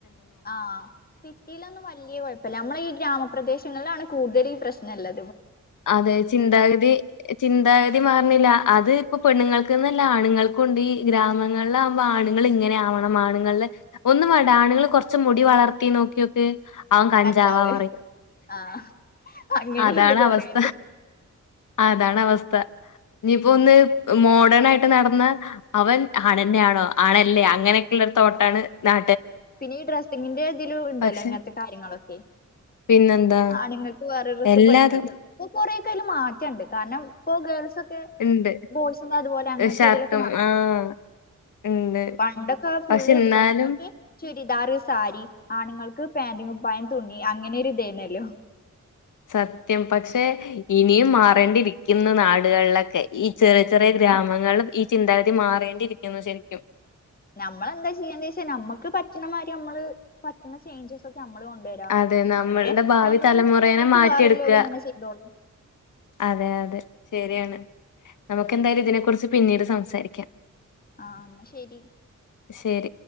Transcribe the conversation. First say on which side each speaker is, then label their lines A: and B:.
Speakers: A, on the left; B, on the left.
A: ആഹ് സിറ്റിയിലൊന്നും വല്ല്യ കൊഴപ്പല്ല നമ്മളീ ഈ ഗ്രാമപ്രദേശങ്ങളിലാണ് കൂടുതൽ ഈ പ്രശ്നള്ള
B: അതെ ചിന്താഗതി ചിന്താഗതി മാറ്ണ്ല്ല അത് ഇപ്പം പെണ്ണുങ്ങൾക്ക്ന്നല്ല ആണുങ്ങൾക്കുണ്ട് ഈ ഗ്രാമങ്ങളിലാവുമ്പോ ആണുങ്ങൾ ഇങ്ങനെയാവണം ആണുങ്ങളിലെ ഒന്നും വാണ്ട ആണുങ്ങള് കൊറച്ച് മുടി വളർത്തി നോക്കിയോക്ക് അവൻ കഞ്ചാവാ
A: കഞ്ചാവ്
B: പറയും
A: ആഹ് അങ്ങനെയുണ്ട്
B: അതാണ്
A: കൊറേത്
B: അവസ് അതാണ് അവസ്ഥ ഇനിയിപ്പോന്ന്
A: ഉം
B: ഏ മോ ഡേണായിട്ട് നടന്ന അവൻ ആണന്നെയാണോ ആണല്ലേ അങ്ങനെയൊക്കെയുള്ള ഒരു തോട്ടാണ് നാ
A: പിന്നെ ഈ ഡ്രസ്സിങ്ങിന്റെ ഇതിലുമുണ്ടല്ലോ
B: പക്ഷെ
A: ഇങ്ങനത്തെ കാര്യങ്ങളൊക്കെ
B: പിന്നെന്താ
A: ആണുങ്ങൾക്ക് വേറെ ഡ്രസ്സ്
B: എല്ലാതും
A: പെണ്ണുങ്ങൾക്ക് ഇപ്പൊ കൊറെയൊക്കെ അയില് മാറ്റണ്ട് കാരണം ഇപ്പൊ ഗേൾസൊ ക്കെ
B: ഇണ്ട്
A: ബോയ്സിന്റെ അതുപോലെ അങ്ങനെത്ത
B: ഷർട്ടും
A: ഇതിലൊക്കെ നടക്കേണ്ട്ഞ്ഞി
B: ആഹ് ഇണ്ട്
A: പണ്ടൊക്കെ ഫുൾ
B: പക്ഷെ ഇന്നാലും
A: പെണ്ണുങ്ങൾക്ക് ചുരിദാറ് സാരി ആണുങ്ങൾക്ക് പാൻ്റ്കുപ്പായം തുണി അങ്ങനൊരു ഇതായിരുന്നല്ലോ
B: സത്യം പക്ഷെ ഇനിയും മാറേണ്ടിരിക്കുന്നു നാടുകളിലൊക്കെ ഈ ചെറിയ ചെറിയ
A: ഉം
B: ഗ്രാമങ്ങള്ളും ഈ ചിന്താഗതി മാറേണ്ടിയിരിക്കുന്നു ശരിക്കും
A: നമ്മളെന്താ ചെയ്യേണ്ടിവച്ചാ നമുക്ക് പറ്റണ മാതിരി നമ്മള് പറ്റുന്ന ചേഞ്ചസൊക്കെ അ കൊണ്ടുവരാ
B: അതെ നമ്മളുടെ
A: അങ്ങനെ
B: ഭാവി
A: നമ്മളെ
B: തലമുറേനെ
A: ഇൻസ്പയർ ആയിട്ട്
B: മാറ്റിയെടുക്കുക
A: വേറല്ലോല്ലും അങ്ങനെ ചെയ്തോളൂം
B: അതെ അതെ ശരിയാണ് നമുക്കന്തായാലും ഇതിനെ കുറിച്ച് പിന്നീട് സംസാരിക്കാ
A: ആഹ് എന്നാ ശരി
B: ശരി